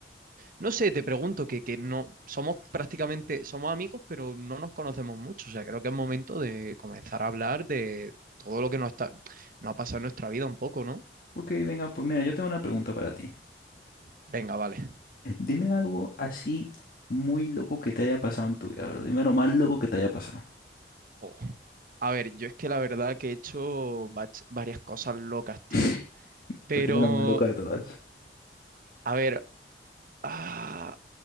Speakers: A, on the right; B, on the left.
A: No sé, te pregunto que, que no somos prácticamente, somos amigos, pero no nos conocemos mucho. O sea, creo que es momento de comenzar a hablar de todo lo que nos está, nos ha pasado en nuestra vida un poco, ¿no?
B: Ok, venga, pues mira, yo tengo una pregunta para ti.
A: Venga, vale.
B: Dime algo así muy loco que te haya pasado en tu vida, bro. Dime lo más loco que te haya pasado.
A: Jo, A ver, yo es que la verdad que he hecho bach- varias cosas locas, tío.
B: <laughs>
A: Pero,
B: Dime lo más loca de todas.
A: a ver, ah,